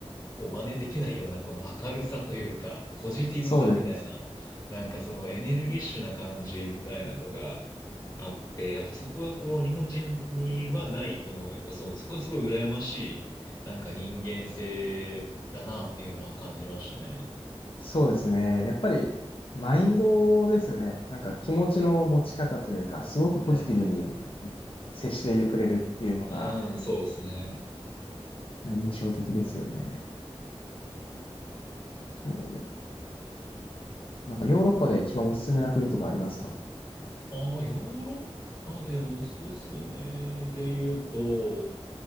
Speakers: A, on the left (about 35°); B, on the left (about 55°).
A: こう、真似できないような、この明るさというか、ポジティブさみたいな、
B: そうです。
A: なんかそのエネルギッシュな感じみたいなのが、あって、やっぱそこはこう、日本人にはない、この、やっぱその、そこはすごい羨ましい、なんか人間性だなっていうのは感じましたね。
B: そうですね。やっぱりマインドですよね。なんか気持ちの持ち方というか、すごくポジティブに
A: うんうんうん
B: 接してくれるっていうのが
A: うん。うん、そうですね。
B: な印象的ですよね。そうです。なんかヨーロッパで一番おすすめな国とかありますか
A: ああ、ヨーロッパでおすすめで言うと、